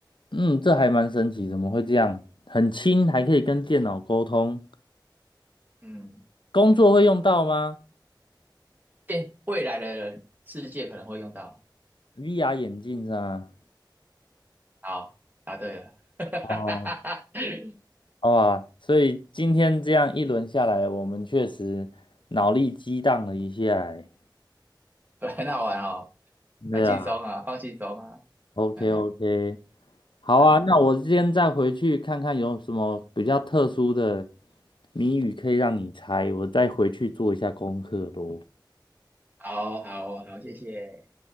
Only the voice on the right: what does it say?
嗯，
电未来的人世界可能会用到。
好，答对了，
<laughs>
很好玩哦，
蛮轻松啊，放轻松啊，
哎，
好，
好，好，好，谢谢。